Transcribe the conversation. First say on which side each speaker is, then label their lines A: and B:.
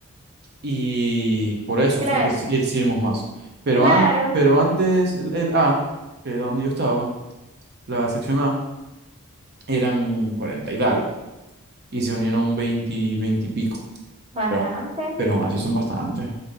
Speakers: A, on the right; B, on the right.
A: y por eso
B: Claro,
A: fue que sí- hicimos más. Pero,
B: claro,
A: an- pero antes el el A, que era donde yo estaba, la sección A, eran 40 y dale, y se unieron 20 20 y pico,
B: bastante.
A: pero, pero aún así son bastantes.